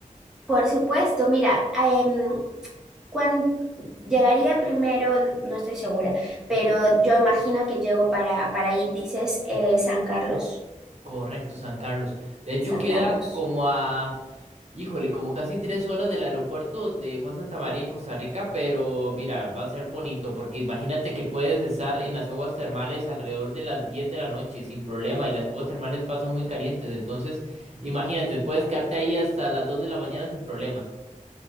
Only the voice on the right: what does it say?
Correcto, San Carlos. De hecho,
queda
como a, híjole, como casi tres horas del aeropuerto de Juan Santamaría en Costa Rica, pero mira, va a ser bonito, porque imagínate que puedes estar en las aguas termales alrededor de las 10 de la noche sin problema, y las aguas termales pasan muy calientes, entonces imagínate, puedes quedarte ahí hasta las 2 de la mañana sin problemas.